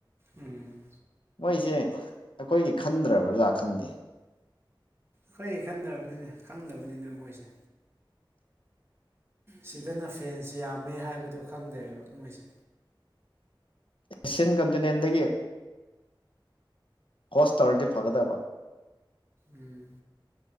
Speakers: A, on the right; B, on the left.
A: ꯎꯝ
B: ꯃꯣꯏꯁꯦ ꯑꯩꯈꯣꯏꯒꯤ ꯈꯟꯗ꯭ꯔꯕ꯭ꯔꯖꯥ ꯈꯪꯗꯦ
A: ꯐꯩ ꯈꯟꯗꯕꯅꯤꯅ ꯈꯪꯗꯕꯅꯤꯅ ꯃꯣꯏꯁꯦ ꯁꯤꯗꯅ ꯐꯦꯟꯁꯤ ꯌꯥꯝꯃꯦ ꯍꯥꯏꯕꯗꯣ ꯈꯪꯗꯦꯕ ꯃꯣꯏꯁꯦ
B: ꯑꯦꯁꯤꯌꯥꯟ ꯀꯟꯇꯤꯅꯦꯟꯗꯒꯤ ꯀꯣꯁꯇꯔꯗꯤ ꯐꯒꯗꯕ
A: ꯎꯝ